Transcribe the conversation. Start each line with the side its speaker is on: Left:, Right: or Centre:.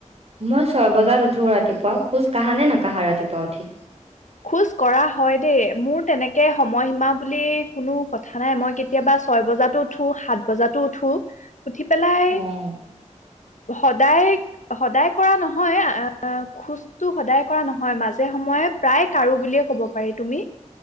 Right: মই ছয় বজাত উঠো ৰাতিপুৱা খোজ কঢ়া নে নকাৰা ৰাতিপুৱা উঠি?
Left: খোজ কঢ়া হয় দেই মোৰ তেনেকে সময়সীমা বুলি কোনো কথা নাই মই কেতিয়াবা ছয় বজাতো উঠো সাত বজাতো উঠো। উঠি পেলাই
Right: অ'।
Left: সদায় সদায় কৰা নহয় খোজতো সদায় কৰা নহয় মাজে সময়ে প্ৰায় কাৰো বুলিয়ে ক'ব পাৰি তুমি?